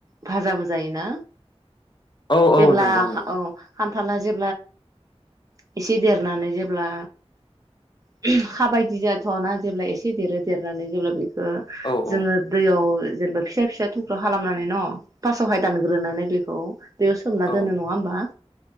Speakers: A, on the right; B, on the left.
A: भाजाबो जायोना,
B: औ
A: जेब्ला
B: औ नंगौ नंगौ
A: औ खानथाला जे <unintelligible> एसे देरनानै जेब्ला <unintelligible> खाबायदि जाथ'वा ना जेब्ला एसे देरो देरनानै जेब्ला बेखौ ओ
B: औ
A: जोङो
B: औ
A: दैयाव जेनबा फिसा फिसा थुख्रा खालामनानै न' फासावहाय दानग्रोनानै बेखौ दैयाव सोमना
B: औ
A: दोनो नङा होमबा?